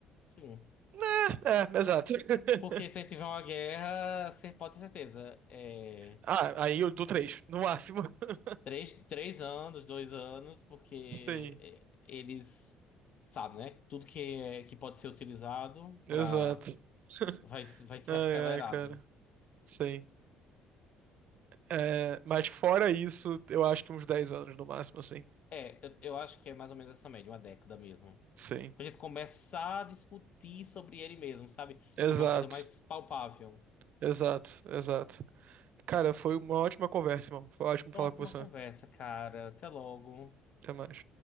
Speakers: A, on the left (about 45°); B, on the right (about 50°).
A: sim.
B: né, é, exato. <laughs>
A: Porque se a gente tiver uma guerra, você pode ter certeza. é,
B: Ah, aí eu dou 3, no máximo. <laughs>
A: Três, três anos, dois anos, porque
B: Sim,
A: é, eles sabem, né? Tudo que, é- que pode ser utilizado
B: exato.
A: para
B: <laughs>
A: vai, se- vai ser
B: Ai,
A: <laughs> acelerado.
B: ai, cara. Sim. É, mas fora isso, eu acho que uns 10 anos no máximo, assim.
A: É, eu, eu acho que é mais ou menos essa média, uma década mesmo.
B: Sim.
A: Pra gente começar a discutir sobre ele mesmo, sabe?
B: Exato.
A: Sobre uma coisa mais palpável.
B: Exato, exato. Cara, foi uma ótima conversa, irmão. Foi ótimo
A: Foi
B: falar
A: Uma ótima
B: com você.
A: conversa, cara. Até logo.
B: Até mais.